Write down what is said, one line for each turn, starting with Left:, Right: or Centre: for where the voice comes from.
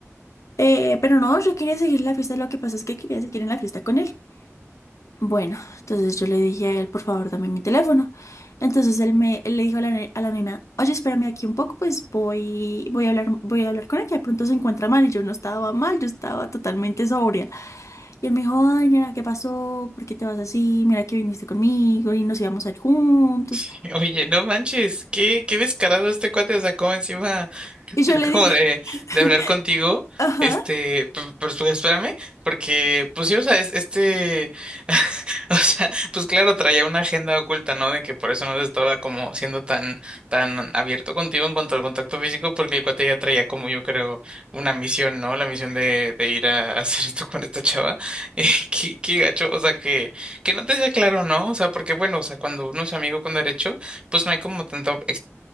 Left: eh, pero no, yo quería seguir la fiesta, lo que pasa es que quería seguir en la fiesta con él. Bueno, entonces yo le dije a él, por favor, dame mi teléfono. Entonces él me, él le dijo a la, ne- a la nena, oye, espérame aquí un poco, pues voy, voy a hablar, voy a hablar con ella. De pronto se encuentra mal y yo no estaba mal, yo estaba totalmente sobria. Y él me dijo, ay, nena, ¿qué pasó? ¿Por qué te vas así? Mira que viniste conmigo y nos íbamos a ir juntos.
Right: <laughs> oye, no manches, qué, qué descarado este cuate o sea, sacó encima.
Left: Y yo
Right: <laughs>
Left: le dije,
Right: como de,
Left: <laughs>
Right: de hablar contigo.
Left: ajá,
Right: Este, p- pero pues, espérame, porque pues sí, o sea, es- este, <laughs> o sea, pues claro, traía una agenda oculta, ¿no? De que por eso no estaba como siendo tan, tan abierto contigo en cuanto al contacto físico, porque el cuate ya traía como yo creo una misión, ¿no? La misión de, de ir a <laughs> hacer esto con esta chava. <laughs> Eh, qué, qué gacho, o sea, que, que no te sea claro, ¿no? O sea, porque bueno, o sea, cuando uno es amigo con derecho, pues no hay como tanto